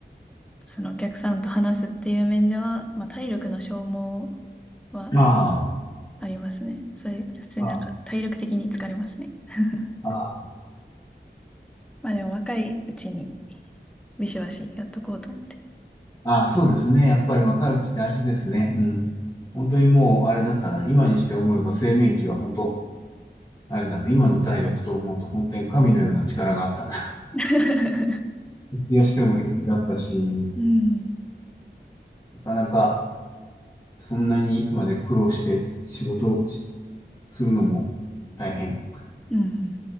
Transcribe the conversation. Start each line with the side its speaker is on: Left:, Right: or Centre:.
Centre: そのお客さんと話すっていう面では、まあ、体力の消耗は
Left: <laughs> あ
Centre: ありますね。それ、普通になんか体力的に疲れますね。
Left: あ、ああ、
Centre: <laughs>
Left: ああ、
Centre: まあでも若いうちにビシバシやっとこうと思って。
Left: ああそうですね。やっぱり若いうち大事ですね。
Centre: うん。
Left: うん。本当にもう、あれだったな。今にして思えば青年期は本当、あれだな。今の体力と思うと本当に神のような力があったな。
Centre: <laughs>
Left: 徹夜しても平気だったし、
Centre: うん。
Left: なかなかそんなにまで苦労して仕事をするのも大変。
Centre: うん